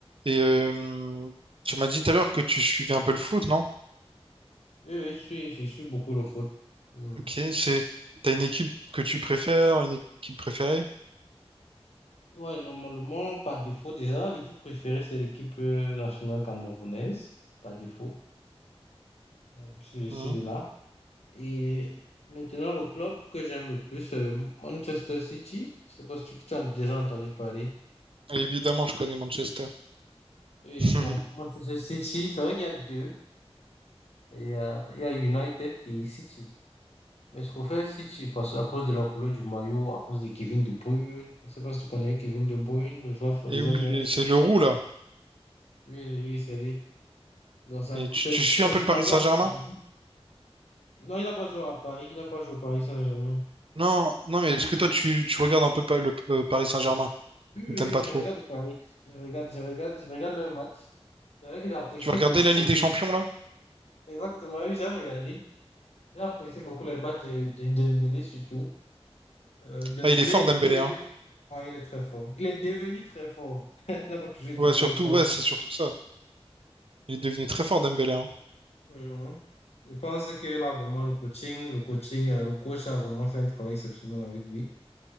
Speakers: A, on the right; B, on the left.
A: euh, tu m'as dit tout à l'heure que tu suivais un peu le foot, non?
B: Oui, oui, je suis, je suis beaucoup le foot. Hmm.
A: Ok, c'est t'as une équipe que tu préfères, une équipe préférée?
B: Ouais, normalement, par défaut, déjà, l'équipe préférée, c'est l'équipe euh, nationale camerounaise, par défaut, euh, parce que je suis
A: Mhm.
B: de là. Et maintenant, le club que j'aime le plus, c'est Manchester City. Je sais pas si tu, tu as déjà entendu parler.
A: Et Évidemment, je connais Manchester.
B: Oui,
A: <laughs>
B: donc Manchester City, c'est vrai qu'il y a deux. Il y a, il y a United et City. Mais ce qu'on fait, si tu passes à cause de la couleur du maillot, à cause de Kevin De Bruyne, je ne sais pas si tu connais Kevin De Bruyne, le joueur, le
A: Et
B: joueur
A: oui,
B: belge.
A: les- c'est le roux là.
B: oui oui c'est lui. Donc, ça,
A: Et tu,
B: c'est
A: tu suis
B: principalement
A: un peu le Paris Saint-Germain?
B: à cause de lui. Non, il n'a pas joué à Paris, il n'a pas joué au Paris Saint-Germain.
A: Non, non, mais est-ce que toi tu, tu regardes un peu pa- le euh, Paris Saint-Germain
B: Oui,
A: ou
B: oui,
A: t'aimes pas
B: oui, je
A: trop?
B: regarde Paris. Je regarde, je regarde, je regarde le match. C'est vrai que j'apprécie
A: Tu vas regarder
B: beaucoup
A: la Ligue
B: aussi.
A: des Champions là?
B: Exactement, oui, j'ai regardé. J'ai apprécié beaucoup les matchs de, de Dembélé surtout. Euh, Dembélé,
A: Ah, il est fort Dembélé,
B: qui...
A: hein.
B: ah, il est très fort. Il est devenu très fort. <laughs> Il n'a pas toujours été
A: Ouais,
B: très
A: surtout,
B: fort.
A: ouais, c'est surtout ça. Il est devenu très fort Dembélé, hein.
B: Mhm. Je pense que là, vraiment, le coaching, le coaching, euh, le coach a vraiment fait un travail exceptionnel avec lui.